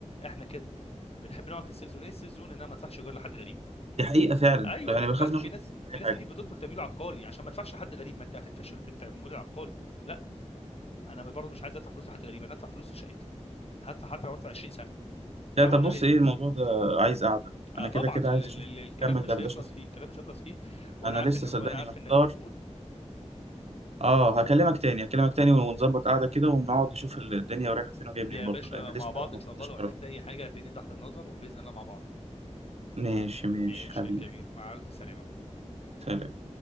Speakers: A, on the left; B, on the right.
A: احنا كده بنحب نقعد في السيف زون ايه السيف زون انها ما تدفعش ايجار لحد غريب
B: دي حقيقه فعلا
A: ايوه
B: انا
A: يعني
B: بخاف
A: دلوقتي
B: ناخد
A: في ناس
B: ريسك في
A: في
B: اي
A: ناس
B: حاجه
A: كتير بتدخل تمويل عقاري عشان ما تدفعش لحد غريب ما انت هتنفشخ في التمويل العقاري لا انا برضه مش عايز ادفع فلوس لحد غريب انا هدفع فلوس في شقتي هدفع حتى لو ادفع 20 سنه برغم
B: لا طب
A: انه
B: بص
A: هي...
B: ايه الموضوع ده عايز قعده
A: آه
B: انا
A: طبعا
B: كده كده
A: ال...
B: عايز
A: ال...
B: اشوف
A: ال- الكلام
B: نكمل
A: مش
B: دردشه
A: هيخلص
B: فيه
A: فيه الكلام مش هيخلص فيه وانا
B: انا
A: عارف
B: لسه
A: ان وانا
B: صدقني
A: عارف
B: محتار
A: انك مشغول
B: اه هكلمك تاني هكلمك تاني ونظبط قعده كده ونقعد نشوف الدنيا رايحه فين وجايه
A: يا
B: منين برضه
A: باشا
B: لان لسه
A: مع بعض
B: ما
A: ان شاء
B: خدتش
A: الله لو
B: قرار
A: احتجت اي حاجه هتلاقيني تحت النظر وباذن الله مع بعض
B: ماشي ماشي
A: ماشي
B: حبيبي
A: يا كبير مع ألف سلامة
B: سلام